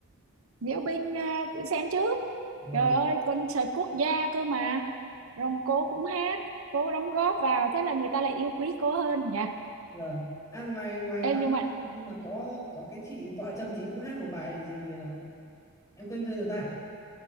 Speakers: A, on the right (about 70°); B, on the left (about 15°).
A: Diễu binh à, cứ xem trước
B: vâng
A: trời ơi concert quốc gia cơ mà Rồng cô cũng hát cô đóng góp vào thế là người ta lại yêu quý cô hơn nha
B: vâng à ngoài ngoài
A: em
B: Hoàng
A: nhưng
B: Minh
A: mà
B: Di nhưng mà có có cái chị vợ chồng chị cũng hát một bài gì ờ, em quên tên rồi ta